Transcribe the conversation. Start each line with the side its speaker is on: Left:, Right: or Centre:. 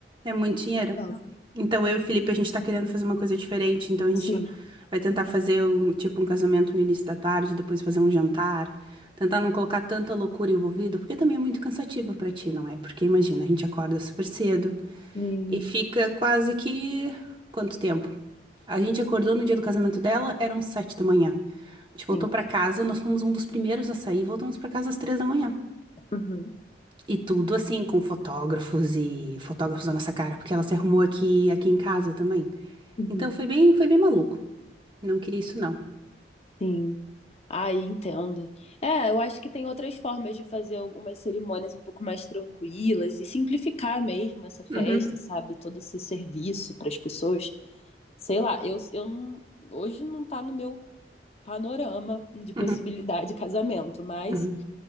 Right: é muito dinheiro.
Left: Não,
Right: Então, eu e o Felipe, a gente tá querendo fazer uma coisa diferente, então a gente
Left: sim,
Right: vai tentar fazer um, tipo um casamento no início da tarde, depois fazer um jantar, tentar não colocar tanta loucura envolvida, porque também é muito cansativo pra ti, não é? Porque imagina, a gente acorda super cedo
Left: E-
Right: e fica quase que quanto tempo? A gente acordou no dia do casamento dela, eram sete da manhã. A gente voltou
Left: sim.
Right: pra casa, nós fomos um dos primeiros a sair, voltamos pra casa às três da manhã.
Left: Uhum,
Right: E tudo assim, com fotógrafos e fotógrafos na nossa cara, porque ela se arrumou aqui, aqui em casa também.
Left: uhum,
Right: Então foi bem, foi bem maluco. Não queria isso, não.
Left: sim. Ah, entendo. É, eu acho que tem outras formas de fazer algumas cerimônias um pouco mais tranquilas e simplificar mesmo essa festa,
Right: Uhum,
Left: sabe? Todo esse serviço para as pessoas. Sei lá, eu, eu não, hoje não tá no meu panorama de possibilidade
Right: uhum,
Left: de casamento, mas
Right: uhum,